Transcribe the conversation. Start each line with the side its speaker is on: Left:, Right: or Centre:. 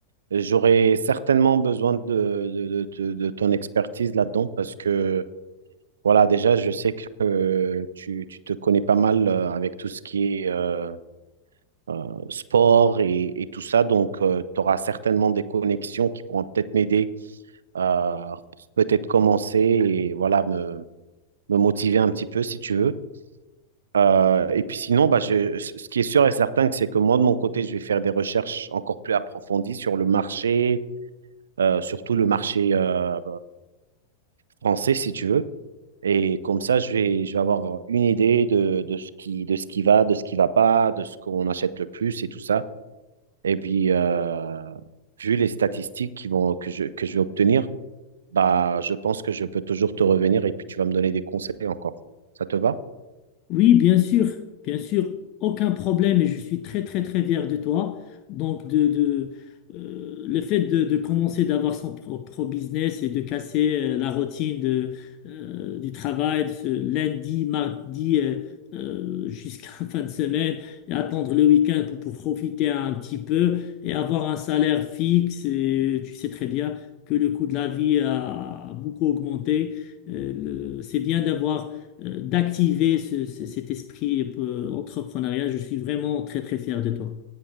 Right: J'aurais certainement besoin de, de, de, de- de ton expertise là-dedans parce que, voilà, déjà, je sais que euh, tu, tu te connais pas mal euh, avec tout ce qui est euh, euh, sport et, et tout ça. Donc, tu auras certainement des connexions qui pourront peut-être m'aider à peut-être commencer et, voilà, me motiver un petit peu si tu veux. Euh, et puis sinon, bah, je, ce qui est sûr et certain, c'est que moi, de mon côté, je vais faire des recherches encore plus approfondies sur le marché, euh, surtout le marché euh, français, si tu veux. Et comme ça, je vais, je vais avoir une idée de, de ce qui, de ce qui va, de ce qui va pas, de ce qu'on achète le plus et tout ça. Et puis, euh, vu les statistiques qui vont, que je, que je vais obtenir, bah, je pense que je peux toujours te revenir et puis tu vas me donner des conseils encore. Ça te va?
Left: Oui, bien sûr, bien sûr, aucun problème et je suis très très très fier de toi. Donc de, de euh, le fait de, de commencer d'avoir son propre business et de casser euh, la routine de, euh, du travail de ce lundi, mardi euh, euh, jusqu'à <laughs> fin de semaine et attendre le week-end pour, pour profiter un petit peu et avoir un salaire fixe. Et tu sais très bien que le coût de la vie a beaucoup augmenté. Euh, le- c'est bien d'avoir euh, d'activer ce- ce- cet esprit euh, entrepreneurial. Je suis vraiment très, très fier de toi.